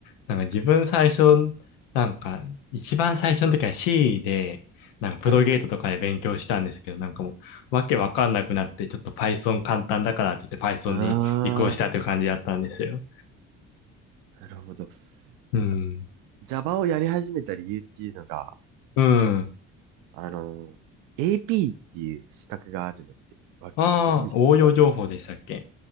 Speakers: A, on the left; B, on the right.
A: なんか自分最初、
B: なんか、
A: なんか一番最初の時は C で、なんかプロゲートとかで勉強したんですけど、
B: はい。
A: なんかもうわけわかんなくなって、ちょっと Python 簡単だからって言って Python
B: ああ、
A: に移行したという感じだったんですよ。
B: なるほど。
A: うん。
B: なんか、Java をやり始めた理由っていうのが、
A: うん。
B: あの、AP っていう資格があるのって、わ、
A: ああ、
B: ご存知です
A: 応用情報でしたっけ